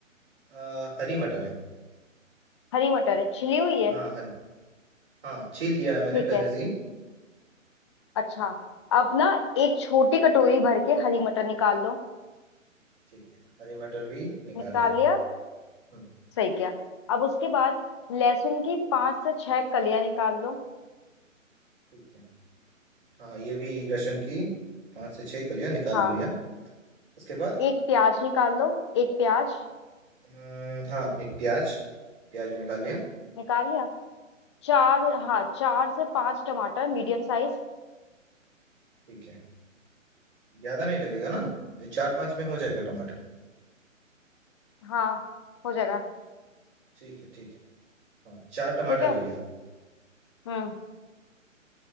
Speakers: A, on the right; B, on the left.
A: आ, हरी मटर है
B: हरी मटर है छिली हुई है
A: हाँ हरी हाँ छील लिया है मैंने
B: ठीक
A: पहले
B: है
A: से ही
B: अच्छा अब ना एक छोटी कटोरी भर के हरी मटर निकाल लो
A: ठीक है हरी मटर भी निकाल
B: निकाल
A: लिया
B: लिया
A: हम्म
B: सही किया अब उसके बाद लहसुन की पांच से छह कलियां निकाल लो
A: ठीक है हाँ ये भी लहसुन की पाँच से छह कलियां निकाल
B: हाँ
A: भी लिया उसके बाद
B: एक प्याज निकाल लो एक प्याज
A: हम्म, हाँ एक प्याज प्याज भी निकाल लिया
B: निकाल लिया चार हाँ चार से पांच टमाटर मीडियम साइज
A: ठीक है ज्यादा नहीं लगेगा ना ये चार पांच में हो जाएगा टमाटर
B: हाँ हो जाएगा
A: ठीक है ठीक है हाँ चार टमाटर
B: ठीक है
A: ले लिया
B: हम्म